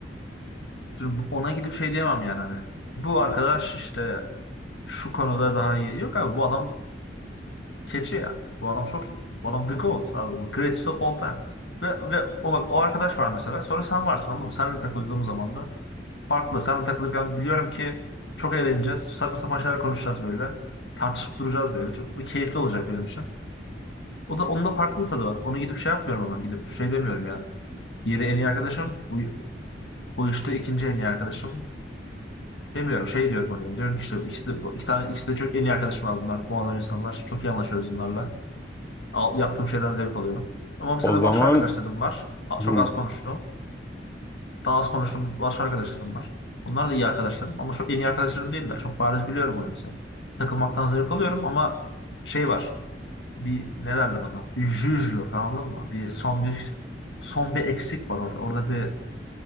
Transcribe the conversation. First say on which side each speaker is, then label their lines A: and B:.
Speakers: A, on the left; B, on the left.
A: Şimdi ona gidip şey diyemem yani hani. Bu arkadaş işte şu konuda daha iyi. Yok abi bu adam keçi ya. Bu adam çok iyi. Bu adam the GOAT abi. Bu greatest of all time. Ve, ve o, bak, o arkadaş var mesela. Sonra sen varsın anladın mı? Seninle takıldığım zaman da farklı. Seninle takılırken biliyorum ki çok eğleneceğiz. Saçma sapan şeyler konuşacağız böyle. Tartışıp duracağız böyle. Çok keyifli olacak benim için. O da onun da farklı bir tadı var. Onu gidip şey yapmıyorum ama gidip şey demiyorum yani. Diğeri en iyi arkadaşım. Bu, bu işte ikinci en iyi arkadaşım. Demiyorum şey diyorum oraya. Diyorum ki işte ikisi de, bu- iki tane ikisi de çok en iyi arkadaşım var bunlar. Muazzam insanlar. Çok iyi anlaşıyoruz bunlarla. Al- yaptığım şeyden zevk alıyorum. Ama mesela
B: O zaman
A: başka arkadaşlarım var. A-
B: hı,
A: Çok az konuştuğum. Daha az konuştuğum başka arkadaşlarım var. Bunlar da iyi arkadaşlarım. Ama çok en iyi arkadaşlarım değiller. Çok bariz biliyorum onu mesela. Takılmaktan zevk alıyorum ama şey var. Bir ne derler ona? Bir jüj yok anladın mı? Bir son bir son bir eksik var orada. Orada bir